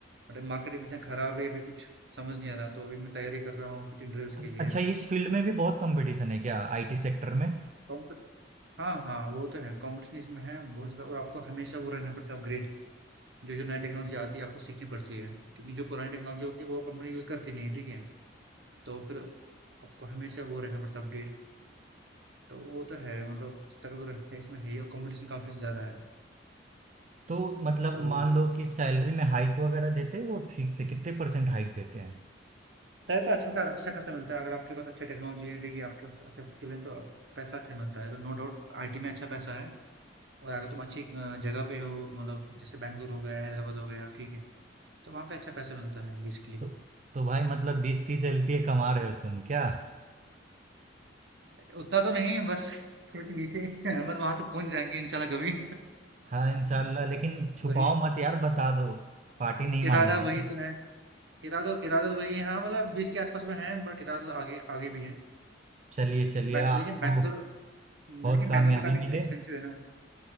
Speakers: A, on the right; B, on the right.
A: बट मार्केट भी इतना खराब है अभी कुछ समझ नहीं आ रहा तो अभी मैं तैयारी कर रहा हूँ कुछ इंटरव्यूज
B: अच्छा
A: के लिए
B: इस फील्ड में भी बहुत कंपटीशन है क्या आईटी सेक्टर में
A: कॉम्प- हाँ हाँ वो तो है कंपटीशन इसमें है बहुत ज़्यादा और आपको हमेशा वो रहना पड़ता है अपग्रेड जो जो नई टेक्नोलॉजी आती है आपको सीखनी पड़ती है क्योंकि जो पुरानी टेक्नोलॉजी होती है वो कंपनी यूज़ करती नहीं है ठीक है तो फिर आपको हमेशा वो रहना पड़ता है अपडेट तो वो तो है मतलब स्ट्रगल है इसमें है ही और कंपटीशन काफ़ी ज़्यादा है
B: तो मतलब
A: तो
B: मान लो कि सैलरी में हाइक वगैरह देते हैं वो ठीक से कितने परसेंट हाइक देते हैं
A: सैलरी अच्छा खा अच्छा खासा मिलता है अगर आपके पास अच्छी टेक्नोलॉजी है देखिए आपके पास अच्छा स्किल है तो आप- पैसा अच्छा मिलता है तो नो डाउट आईटी में अच्छा पैसा है और अगर तुम अच्छी अ, जगह पे हो मतलब जैसे बैंगलोर हो गया हैदराबाद हो गया ठीक है तो वहाँ पे अच्छा पैसा मिलता है बेसिकली
B: तो तो भाई मतलब बीस तीस एलपीए कमा रहे हो तुम क्या
A: उतना तो नहीं बस थोड़े से नीचे <laughs> बस वहां तक पहुंच जाएंगे इंशाल्लाह कभी
B: हाँ इंशाल्लाह
A: <laughs>
B: लेकिन छुपाओ
A: वही
B: मत यार बता दो पार्टी नहीं
A: इरादा
B: मांगेंगे
A: वही तो है इरादा इरादा तो वही है हाँ मतलब बीस के आसपास में है बट इरादा तो आगे आगे भी है
B: चलिए चलिए
A: बै-
B: आपको
A: लेकिन बैंगलोर
B: बहुत
A: लेकिन
B: कामयाबी
A: बैंगलोर भी काफी
B: मिले
A: एक्सपेंसिव है ना